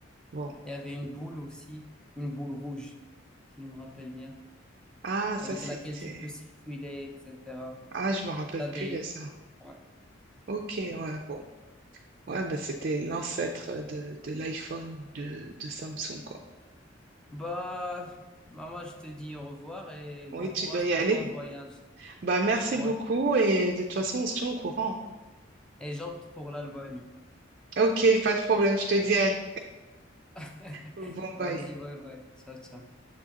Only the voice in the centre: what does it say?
Et Il y avait une boule aussi, une boule rouge, si je me rappelle bien,
avec
laquelle tu peux circuler, etc.
T'as
des...
Ouais.
Bah, maman, je te dis au revoir et bon
courage
pour
ton voyage.
Ouais.
Et j'opte pour l'Albanie.
<laughs>
Vas-y,
bye bye. Ciao, ciao.